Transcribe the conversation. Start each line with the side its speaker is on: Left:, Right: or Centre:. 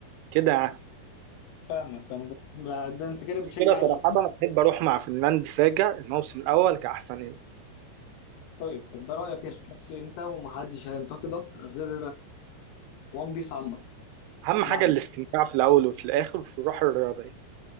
Right: كده يعني.
Left: فاهمك فاهمك بس ده انت كده
Right: عشان
Left: بتشجع
Right: كده صراحه
Left: ال-
Right: انا بحب اروح مع فنلاند ساجا الموسم الاول كاحسن يعني.
Left: طيب طب ده رايك يا شخص انت ومحدش هينتقدك غير وان بيس عامه
Right: اهم حاجه
Left: ما عليك
Right: الاستمتاع في الاول وفي الاخر وفي الروح الرياضيه